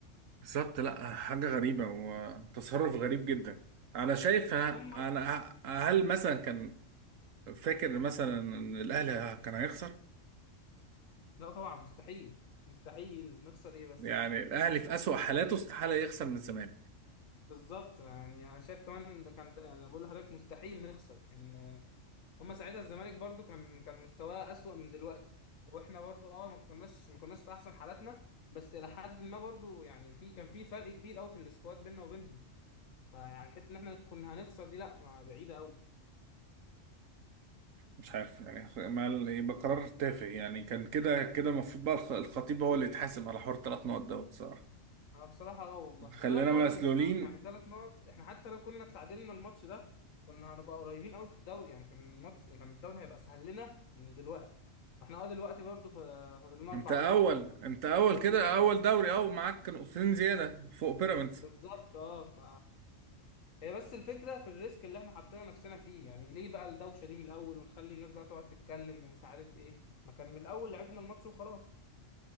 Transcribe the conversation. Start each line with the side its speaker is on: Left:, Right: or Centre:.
Right: بالظبط لا حاجه غريبه وتصرف غريب جدا انا شايف
Left: بس
Right: ه-
Left: هم
Right: انا ه- هل مثلا كان فاكر مثلا ان الاهلي كان هيخسر
Left: لا طبعا مستحيل مستحيل نخسر إيه بس
Right: يعني الاهلي في اسوأ
Left: يعني
Right: حالاته استحاله يخسر من الزمالك
Left: بالظبط يعني أنا شايف كمان ده كان أنا بقول لحضرتك مستحيل نخسر إن هم ساعتها الزمالك برضو كان كان مستواه أسوأ من دلوقتي وإحنا برضو أه ما كناش ما كناش في أحسن حالاتنا بس إلى حد ما برضو يعني في كان في فرق كبير أوي في السكواد بيننا وبينهم فيعني حته ان احنا كنا هنخسر دي لا ما بعيده قوي
Right: مش عارف يعني ما يبقى قرار تافه يعني كان كده كده المفروض بقى الخ- الخطيب هو اللي يتحاسب على حوار ثلاث نقط دوت صراحه
Left: انا بصراحه اه والله
Right: خلينا
Left: ثلاث نقط
Right: مسلولين
Left: المشكله يعني ثلاث نقط احنا حتى لو كنا تعادلنا الماتش ده كنا هنبقى قريبين قوي في الدوري يعني كان الماتش كان الدوري هيبقى اسهل لنا من دلوقتي واحنا اه دلوقتي برضه فا- فاضل لنا
Right: انت
Left: اربع
Right: اول
Left: نقط
Right: انت اول
Left: والدوري
Right: كده
Left: اه
Right: اول دوري اول معاك نقطتين زياده فوق بيراميدز
Left: بالظبط اه ف هي بس الفكره في الريسك اللي احنا حاطين نفسنا فيه يعني ليه بقى الدوشه دي من الاول ونخلي الناس بقى تقعد تتكلم ومش عارف ايه ما كان من الاول لعبنا الماتش وخلاص